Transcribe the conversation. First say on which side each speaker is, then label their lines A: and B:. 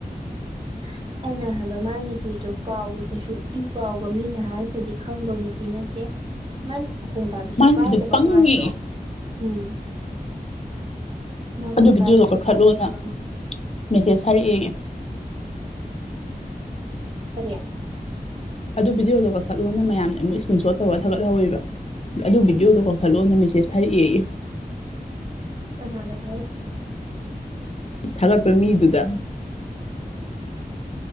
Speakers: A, on the right; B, on the left.
A: <inaudible> ꯑꯩꯅ ꯍꯥꯏꯕ ꯃꯥꯒꯤ ꯅꯨꯄꯤꯗꯨ ꯄꯥꯎꯒ ꯀꯩꯁꯨ ꯏ ꯄꯥꯎꯒ ꯃꯤꯅ ꯍꯥꯏꯔꯛꯇꯔꯗꯤ ꯈꯪꯗꯧ ꯅꯨꯄꯤ ꯅꯠꯇꯦ ꯃꯥꯅꯦ ꯃꯈꯣꯡ ꯇꯥꯕꯤꯁꯨ
B: ꯃꯥꯏ ꯅꯨꯄꯤꯗꯣ
A: ꯄꯥꯏꯗꯕ
B: ꯄꯪꯉꯦ
A: ꯃꯥꯟꯗ꯭ꯔꯣ ꯎꯝ ꯅꯥꯀꯣꯡ
B: ꯑꯗꯨ ꯚꯗꯤꯑꯣꯒꯣ
A: ꯇꯥꯕꯤꯁꯨ
B: ꯀꯛꯈꯠꯂꯣꯅ
A: ꯄꯥꯏꯗꯕ
B: ꯃꯦꯁꯦꯖ ꯁꯥꯔꯑ
A: ꯐꯌꯥ
B: ꯑꯗꯨ ꯚꯗꯤꯑꯣꯗꯣ ꯀꯛꯊꯠꯂꯣꯅ ꯃꯌꯥꯝꯅ ꯑꯃꯨꯛ ꯏꯁꯀ꯭ꯔꯤꯟ ꯁꯣꯠ ꯇꯧꯒ ꯊꯥꯒꯠꯍꯧꯋꯦꯕ ꯑꯗꯨ ꯚꯤꯗꯤꯑꯣꯗꯣ ꯀꯧꯊꯠꯂꯛꯑꯣꯅ ꯃꯦꯁꯦꯁ ꯊꯥꯔꯛꯑꯦ
A: ꯀꯅꯥꯅ ꯊꯥꯏ
B: ꯊꯒꯠꯄ ꯃꯤꯗꯨꯗ